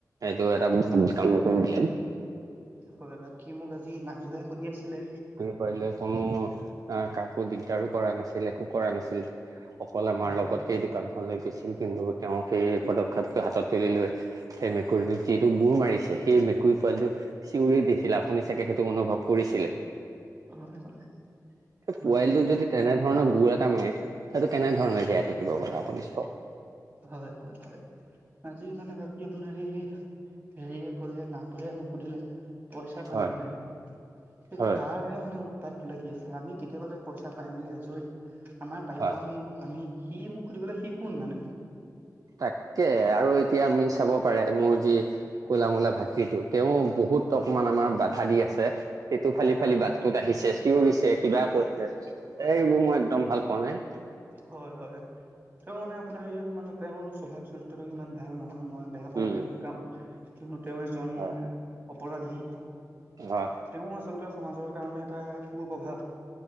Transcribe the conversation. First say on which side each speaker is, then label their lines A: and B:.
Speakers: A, on the right; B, on the right.
A: এইটো এটা <unintelligible>
B: হয়, বাকী মোক আজি নাক বুঢ়াই সুধি আছিলে।
A: পাৰিলে ফনত কা-কাকো দিগদাৰো কৰা নাছিল, একো কৰা নাছিল। অকল আমাৰ
B: হয়,
A: লগত সেই দোকানখনলে গৈছিল, কিন্তু তেওঁ সেই পদক্ষেপটো হাতত তুলি লৈ সেই মেকুৰীটোক যিটো গোৰ মাৰিছে, সেই মেকুৰী পোৱালীটো চিঞৰি দিছিল। আ পুনি চাগে সেইটো অনুভৱ কৰিছিলে?
B: হয়, হয়,
A: পোৱালিটোক
B: বাকী
A: যদি তেনে ধৰণৰ গোৰ এটা মাৰে সেইটো কেনেধৰণে জীয়াই থাকিব বাৰু আপুনি চওক।
B: হয়, হয়, হয়। আজি মানে বাকী আপোনাৰ সেই হেৰিয়ে ক'লে নাক পূজাৰীয়ে মোক সুধিলে পইচা পালি
A: হয়
B: নাই? হে
A: হয়
B: তাৰহে মানে উৎ উৎপাতটো লাগি আছে। আমি কেতিয়াবাতে পইচা পাই মেলি আজৰি। আমাৰ প্ৰাপ্য
A: হয়।
B: আমি মই পামেই। সি মোক সুধিবলে সি কোন মানে?
A: তাকে আৰু এতিয়া আমি চাব পাৰে মোৰ যি কোলা মোলা ভাতৃটো, তেওঁ বহুত অকমান আমাৰ বাধা দি আছে। টেটু ফালি
B: হয়
A: ফালি বাটটোত আহিছে, চিঞৰিছে, কিবা ক-ৰে। এ এইবোৰ মই একদম ভাল পোৱা নাই।
B: হয়, হয়। তেওঁ মানে আপোনাৰ এইবোৰ মানে তেওঁৰ স্বভাৱ চৰিত্ৰটো ইমান ভাল নহয়। মই বে বেয়া পাওঁ
A: উম।
B: তেওঁক, তেওঁক। কিন্তু তেওঁ এজন
A: হয়
B: অপৰাধী।
A: হয়।
B: তেওঁ আচলতে সমাজৰ কাৰণে এটা কুপ্ৰভাৱ